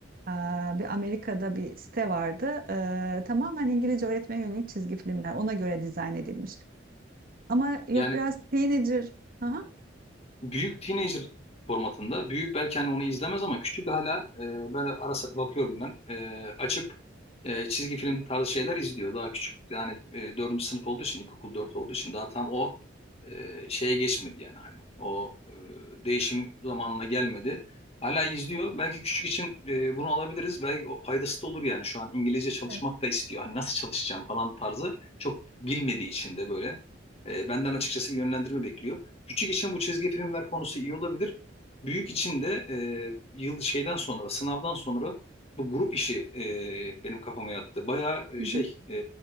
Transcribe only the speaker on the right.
e, bir Amerika'da bir site vardı. Ee, tamamen İngilizce öğretmeye yönelik çizgi filmler. Ona göre dizayn edilmiş. Ama yok
biraz teenager. Aha.
Evet.
Hı
hı.